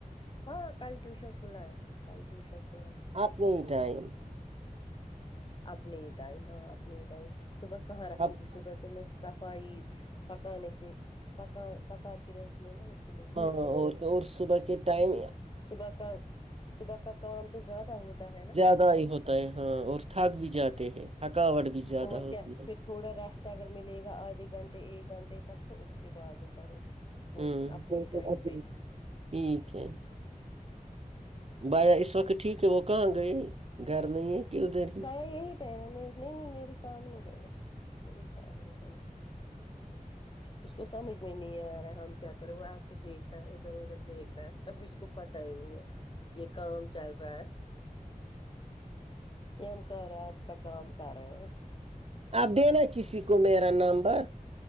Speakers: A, on the left (about 35°); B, on the right (about 45°).
A: ہاں کل ٹیوشن کھلا ہے کل ٹیوشن کھلا ہے
B: آپ نے ہی ٹائم
A: اپنے ہی ٹائم ہاں اپنے ہی ٹائم صبح کہاں رکھوں
B: اب
A: گی صبح
B: ہاں
A: تمس صفائیی پکانے سے پکا پکاتی رہتی ہوں نا اس میں
B: ہاں اور اور صبح کے ٹائم
A: صبح کا صبح کا کام تو زیادہ ہوتا ہے نا
B: زیادہ ہی ہوتا ہے ہاں اور تھک بھی جاتے ہیں تھکاوٹ بھی زیادہ
A: اور
B: ہوتی
A: کیا
B: ہے
A: پھر تھوڑا ریسٹ اگر ملے گا آدھے گھنٹے ایک گھنٹے تک تو اس کے بعد میں کروں کوچنگ
B: ہوں
A: اپنے ہی ٹائم پہ
B: ٹھیک ہے بایا اس وقت ٹھیک ہے وہ کہاں گئے گھر نہیں ہے کہ ادھر ہی
A: بایا یہی پہ ہے مے نہیں نہیں میرے سامنے ہے وہ میرے سامنے ہے وہ اس کو سمجھ میں نہیں آ رہا ہے ہم کیا کرے وہ ایسے دیکھ رہا ہے ادھر ادھر دیکھ رہا ہے ابھی اس کو پتا ہی نہیں ہے یہ کام چل رہا ہے یہ ہم کہ رہے آپ کا کام کر رہے ہیں
B: آپ دینا کسی کو میرا نمبر